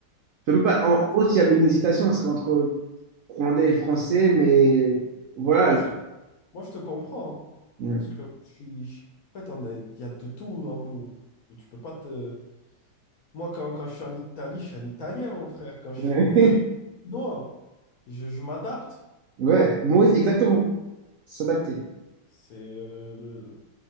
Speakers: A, on the right; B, on the left.
A: Je peux même pas... En
B: Ouais.
A: en gros, s'il y avait une hésitation, ce serait entre rwandais et français, mais voilà.
B: Mais moi, je te, moi, je te comprends. hein.
A: Ouais,
B: Parce que je suis- je- en fait, on est- il y a de tout en nous. Tu peux pas te. Moi, quand, quand je suis en Italie, je suis un Italien, mon frère. Quand je
A: <laughs>
B: suis au Bénin, je suis chinois. Je, je m'adapte.
A: Ouais. Maurice, exactement. S'adapter.
B: C'est, euh, le-